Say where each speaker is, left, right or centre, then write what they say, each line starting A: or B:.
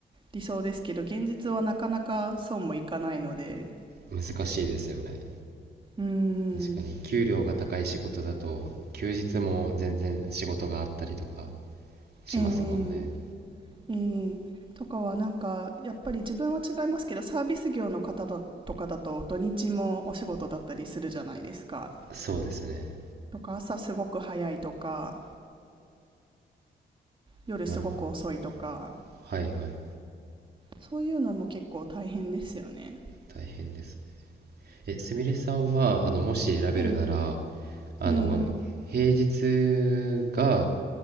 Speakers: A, on the right (about 30°); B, on the right (about 60°).
A: 理想ですけど現実はなかなかそうもいかないので
B: 難しいですよね。
A: うーん
B: 確かに、給料が高い仕事だと、休日も全然仕事があったりとかしますもんね。
A: えーうんとかはなんかやっぱり自分は違いますけどサービス業の方だとかだと土日もお仕事だったりするじゃないですか。
B: そうですね。
A: とか朝すごく早いとか夜すごく遅いとか
B: ああ、はいはい。
A: そういうのも結構大変ですよね。
B: 大変です。え、すみれさんは、あの、もし選べるなら、
A: はい。
B: あの、
A: えー、
B: 平日が、